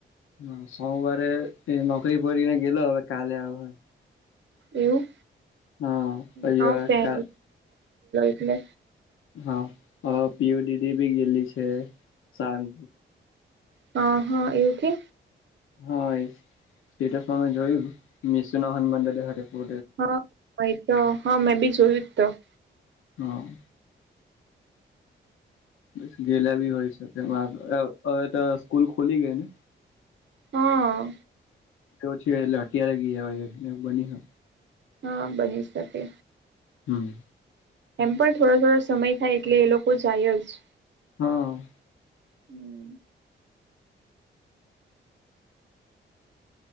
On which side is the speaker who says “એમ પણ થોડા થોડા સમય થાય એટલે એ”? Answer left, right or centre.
Right